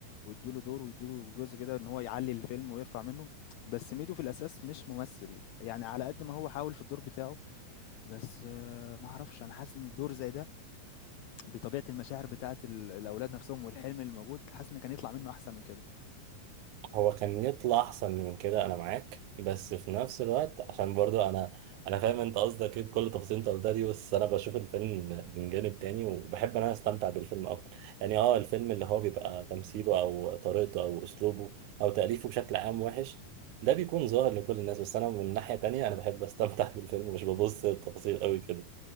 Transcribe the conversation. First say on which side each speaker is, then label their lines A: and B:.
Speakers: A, on the left (about 85°); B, on the right (about 75°).
A: ويدوا له دور ويدوا له جزء كده ان هو يعلي الفيلم ويرفع منه بس ميدو في الاساس مش ممثل يعني على قد ما هو حاول في الدور بتاعه بس آآ ما أعرفش، أنا حاسس إن الدور زي ده بطبيعة المشاعر بتاعة ال الأولاد نَفْسهم والحلم اللي موجود، حاسس إن كان يطلع منّه أحسن من كده.
B: هو كان يطلع احسن من كده انا معاك بس في نفس الوقت عشان برضو انا انا فاهم انت قصدك ايه بكل تفاصيل انت قلتها دي بس انا بشوف الفيلم من جانب تاني وبحب ان انا استمتع بالفيلم اكتر يعني اه الفيلم اللي هو بيبقى تمثيله او طريقته او اسلوبه او تأليفه بشكل عام وحش ده بيكون ظاهر لكل الناس بس انا من ناحية تانية انا بحب استمتع <laughs> بالفيلم مش ببص للتفاصيل قوي كده